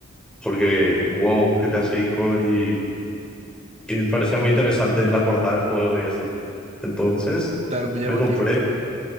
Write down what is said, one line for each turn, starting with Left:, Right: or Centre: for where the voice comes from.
Centre: Porque, wow, GTA cinco y, y me parecía muy interesante la portada del juego y eso. Entonces
Right: Claro, muy llamativo.
Centre: me compré